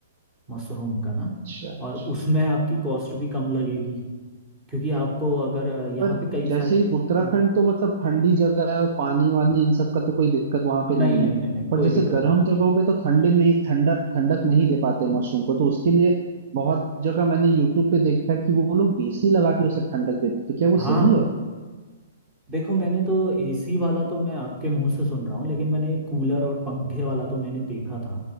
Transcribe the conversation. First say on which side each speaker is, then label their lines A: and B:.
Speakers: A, on the right; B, on the right.
A: मशरूम का ना
B: अच्छा अच्छा
A: और उसमें आपकी कॉस्ट भी कम लगेगी क्योंकि आपको अगर अ, यहाँ
B: पर
A: पे कई
B: जैसे
A: सारे
B: ही उत्तराखंड
A: हाँ
B: तो मतलब ठंडी जगह है और पानी वानी इन सब का तो कोई दिक्कत वहां पे
A: नहीं
B: नहीं
A: नहीं
B: है
A: नहीं नहीं
B: पर
A: कोई
B: जैसे
A: दिक्कत
B: गर्म
A: नहीं
B: जगहों पे तो ठंडे नहीं ठंडा ठंडक नहीं दे पाते मशरूम को तो उसके लिए बहुत जगह मैंने यूट्यूब पे देखा है कि वो लोग एसी लगा के उसे ठंडक देते तो क्या वो
A: हाँ
B: सही है
A: देखो मैंने तो एसी वाला तो मैं आपके मुंह से सुन रहा हूँ लेकिन मैंने कूलर और पंखे वाला तो मैंने देखा था